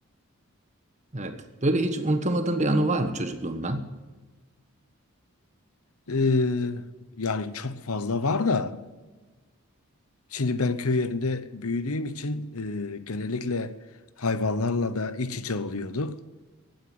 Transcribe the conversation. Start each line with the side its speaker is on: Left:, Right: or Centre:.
Right: Evet. Böyle hiç unutamadığın bir anı var mı çocukluğundan?
Left: Ee, yani çok fazla var da şimdi ben köy yerinde büyüdüğüm için e, genellikle hayvanlarla da iç içe oluyorduk.